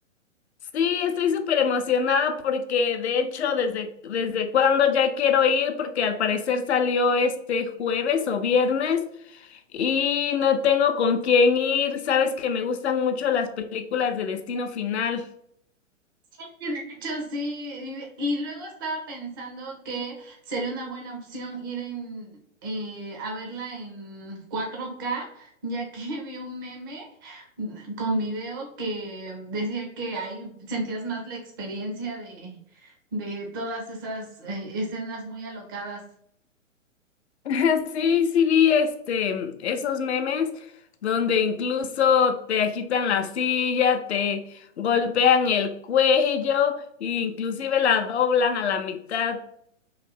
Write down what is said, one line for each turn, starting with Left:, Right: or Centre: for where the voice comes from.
Left: Sí, estoy súper emocionada porque de hecho desde, desde cuando ya quiero ir porque al parecer salió este jueves o viernes y no tengo con quién ir. Sabes que me gustan mucho las películas de Destino Final.
Right: Sí, De hecho, sí, y, y luego estaba pensando que sería una buena opción ir en, eh, a verla en 4K, ya que <laughs> vi un meme con video que decía que ahí sentías más la experiencia de, de todas esas eh, escenas muy alocadas.
Left: <laughs> Sí, sí vi este esos memes donde incluso te agitan la silla, te golpean el cuello e inclusive la doblan a la mitad.